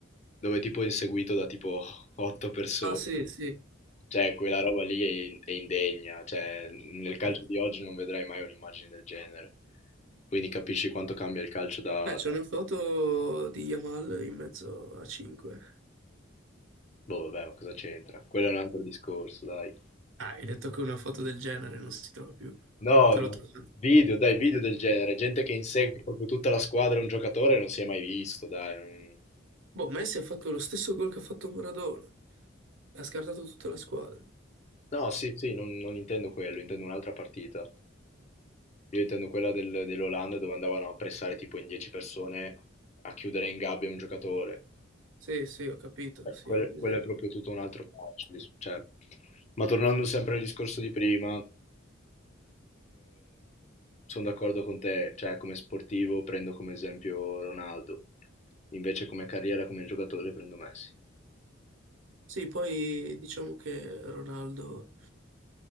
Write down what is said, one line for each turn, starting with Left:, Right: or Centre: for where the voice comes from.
Left: dove tipo è inseguito da tipo <laughs> 8 persone.
Right: Ah sì, sì.
Left: Cioè, quella roba lì è, in- è indegna, cioè, nel calcio
Right: Eh.
Left: di oggi non vedrai mai un'immagine del genere. Quindi capisci quanto cambia il calcio da...
Right: Beh, c'è
Left: da-
Right: una foto di Yamal in mezzo a 5.
Left: Boh, vabbè, ma cosa c'entra? Quello è un altro discorso, dai.
Right: Ah, hai detto che una foto del genere non si trova più.
Left: No,
Right: Te l'ho
Left: no.
Right: trovato.
Left: Video, dai, video del genere. Gente che insegue proprio tutta la squadra e un giocatore non si è mai visto, dai. non-
Right: Boh, Messi ha fatto lo stesso gol che ha fatto Maradona. Ha scartato tutta la squadra.
Left: No, sì, sì, non, non intendo quello, intendo un'altra partita. Io intendo quella del- dell'Olanda dove andavano a pressare tipo in 10 persone a chiudere in gabbia un giocatore.
Right: Sì, sì, ho capito,
Left: Eh,
Right: sì,
Left: quel-
Right: ho presente.
Left: Quello è proprio tutto un altro calcio. dis- cioè. Ma tornando sempre al discorso di prima, sono d'accordo con te, cioè come sportivo prendo come esempio Ronaldo, invece come carriera, come giocatore prendo Messi.
Right: Sì, poi diciamo che Ronaldo